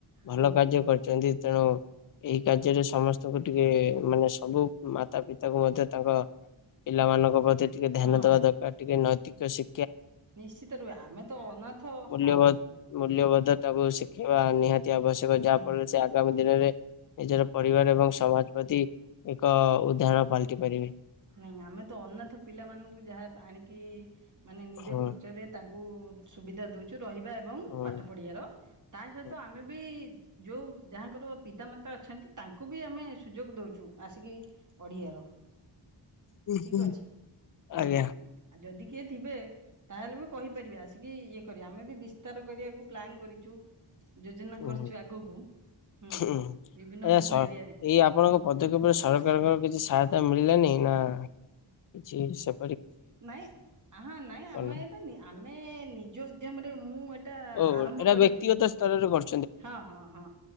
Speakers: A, on the left; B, on the right.
A: ଭଲ
B: ହଁ
A: କାର୍ଯ୍ୟ କରିଛନ୍ତି। ତେଣୁ ଏହି କାର୍ଯ୍ୟରେ ସମସ୍ତଙ୍କୁ ଟିକେ ଏ ମାନେ ସବୁ ମାତା ପିତାକୁ ମଧ୍ୟ ତାଙ୍କ ପିଲାମାନଙ୍କ ପତ୍ ଟିକେ ଧ୍ୟାନ
B: ହଁ
A: ଦେବା ଦରକାର ଟିକେ ନ ଠିକ୍ ଅଛି।
B: ନିଶ୍ଚିତ ରୁହେ ଆମେ ତ ଅନାଥ
A: ମୂଲ୍ୟବୋଧ
B: ହଁ।
A: ମୂଲ୍ୟବୋଧ ତାକୁ ଶିଖେଇବା ନିହାତି ତି ଆବଶ୍ୟକ ଯାହାଫଳରେ
B: ହୁଁ
A: ସେ ଆଗ ଦିନରେ ନିଜର ପରିବାର ଏବଂ ସମାଜ ପ୍ରତି ଏକ ଉଦାହରଣ ପାଲଟି ପାରିବେ।
B: ନାଇଁ ଆମେ ତ ଅନାଥ ପିଲାମାନଙ୍କୁ ଯାହା ଆଣିକି? ମାନେ ନିଜ
A: ହଁ
B: ଖର୍ଚ୍ଚରେ ତାଙ୍କ କୁ ସୁବିଧା ଦଉଛୁ। ରହିବା ଏବଂ
A: ହଁ।
B: ପାଠ ପଢ଼ିବାର ତା ସହିତ
A: ହଁ।
B: ଆମେ ବି ଯୋଉ ଯାହାଙ୍କର ପିତାମାତା ଅଛନ୍ତି ତାଙ୍କୁ ବି ଆମେ ସୁଯୋଗ ଦଉଛୁ ଆସିକି ପଢିବାର।
A: ହୁଁ
B: ଠିକ
A: ହୁଁ।
B: ଅଛି ହୁଁ
A: ଆଜ୍ଞା
B: ଯଦି କିଏ ଥିବେ ତାହେଲେ ମୁ କହିପାରିବେ ଆସିକି ଇଏ କରୀବେ ଆମେ ବି ବିସ୍ତାର କରିବାକୁ ପ୍ଲାନ୍ କରିଛୁ। ଯୋଜନା
A: ହୁଁଏହା
B: କରିଛୁ ଆଗକୁ ହୁଁ ବିଭିନ୍ନ ବିଭିନ୍ନ
A: ସର
B: ଏରିଆରେ
A: ଏଇ ଆପଣଙ୍କ ପଦକ୍ଷେପରେ ସରକାରଙ୍କ କିଛି ସହାୟ ମିଳିଲନି ନା କିଛି ସ୍
B: ନାଇଁ ହ ନାଇଁ ଆମେ
A: କଲ
B: ଏଇଟା ଆମେ ନିଜ ଉଦ୍ୟମ ରେ ମୁଁ ଏଇଟା
A: ଓ
B: ଆରମ୍ଭ
A: ଏଟ
B: କରିଥିଲି।
A: ବ୍ୟକ୍ତିଗତ ସ୍ତରରେ କର
B: ହଁ ହଁ ହଁ